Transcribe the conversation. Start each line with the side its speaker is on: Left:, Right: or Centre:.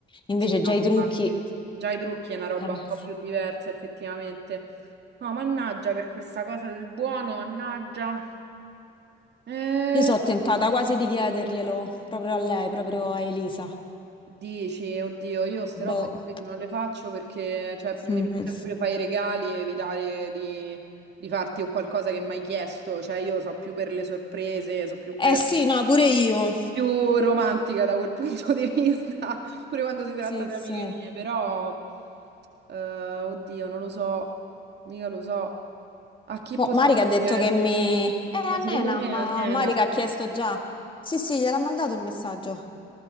Left: Invece
Right: Sì,
Left: già
Right: no,
Left: i trucchi.
Right: infatti. Già i trucchi è una roba
Left: cambia.
Right: un po' più diversa, effettivamente. No, mannaggia per questa cosa del buono, mannaggia. Eh,
Left: Io sono tentata quasi di chiederglielo proprio a lei, proprio a Elisa.
Right: dici, oddio, io ste
Left: Boh.
Right: robe qui non le faccio perché, cioè, mi
Left: Mm.
Right: piace proprio fare i regali e evitare di, di farti un qualcosa che mi hai chiesto. Cioè, io so più per le sorprese, so più per
Left: Eh sì, no, pure io.
Right: più romantica da quel <laughs> punto di vista, <laughs> pure quando si tratta
Left: Sì,
Right: di
Left: sì.
Right: amiche mie, però, eh, oddio, non lo so, mica lo so, a chi
Left: Boh,
Right: possiamo
Left: Marica ha detto
Right: chiedere?
Left: che mi... Eh,
Right: Ma
Left: Annena,
Right: secondo me
Left: ma
Right: a Nena,
Left: Marica
Right: sì.
Left: ha chiesto già. Sì, sì, gliel'ha mandato il messaggio.